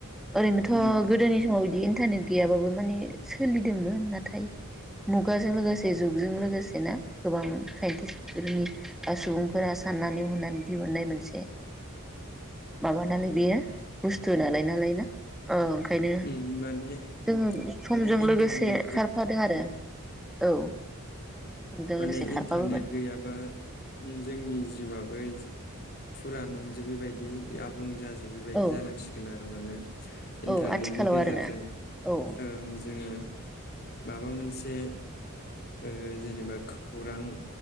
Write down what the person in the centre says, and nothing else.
ओरैनोथ'
गोदोनि समाव बिदि इन्टारनेट गैयाबाबो माने सोलिदोंमोन नाथाय मुगाजों लोगोसे जुगजों लोगोसे ना गोबां साइन्टिस्फोरनि बा सुबुंफोरा साननानै हनानै दिहुननाय मोनसे माबा नालाय
बेयो बुस्थु नालाय नालाय ना ओ ओंखायनो
जों समजों
लोगोसे
खारफादों आरो औ समजों
लोगोसे
खारफाबोबाय
औ
औ आथिखालाव
आरोना औ